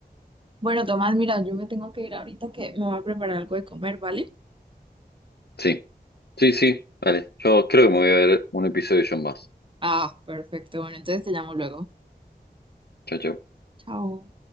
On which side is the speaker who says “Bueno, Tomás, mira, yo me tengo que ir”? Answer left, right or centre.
Right